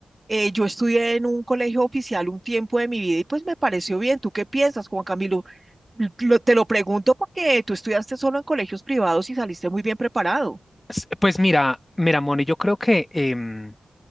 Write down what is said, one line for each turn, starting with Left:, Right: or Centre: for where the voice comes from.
Right: Eh, yo estudié en un colegio oficial un tiempo de mi vida y pues me pareció bien. ¿Tú qué piensas, Juan Camilo? Lo- te lo pregunto porque tú estudiaste solo en colegios privados y saliste muy bien preparado.
Left: S- Pues mira, mira, Moni, yo creo que em,